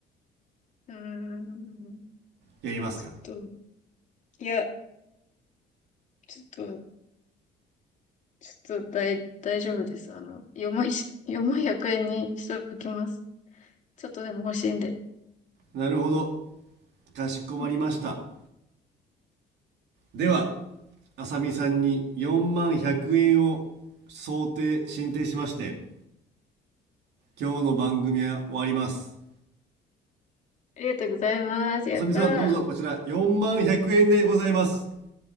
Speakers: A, on the left (about 45°); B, on the right (about 75°).
A: ー、うーん。
B: やりますか
A: ちょっと、いや、ちょっと、ちょっと大、大丈夫です。あの、4万、<laughs> 4万100円にしておきます。ちょっとでも欲しいんで。
B: なるほど。かしこまりました。
A: <laughs>
B: では、あさみさんに4万100円を想定、申請しまして、今日の番組は終わります。
A: ありがとうございます。やったー。
B: あさみさん、どうぞこちら4万100円でございます。